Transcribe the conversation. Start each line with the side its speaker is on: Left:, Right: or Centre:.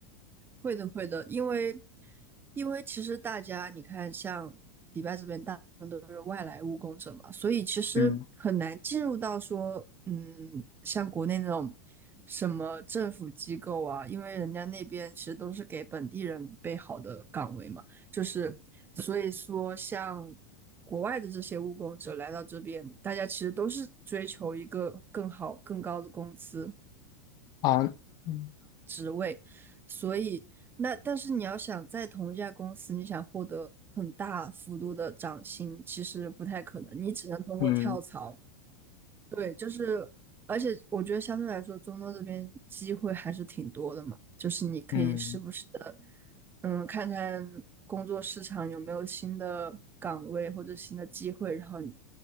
Right: 会的，会的，因为因为其实大家你看，像迪拜这边大部分都是外来务工者嘛，所以其实很难进入到说，
Left: 嗯，
Right: 嗯，像国内那种什么政府机构啊，因为人家那边其实都是给本地人备好的岗位嘛，就是所以说像国外的这些务工者来到这边，大家其实都是追求一个更好、更高的工资，
Left: 哦，嗯
Right: 对，所以那但是你要想在同一家公司，你想获得很大幅度的涨薪，其实不太可能，你只能通过跳槽。
Left: 嗯
Right: 对，就是，而且我觉得相对来说，中东这边机会还是挺多的嘛，就是你可以时不时的，
Left: 嗯。
Right: 嗯，看看工作市场有没有新的岗位或者新的机会，然后你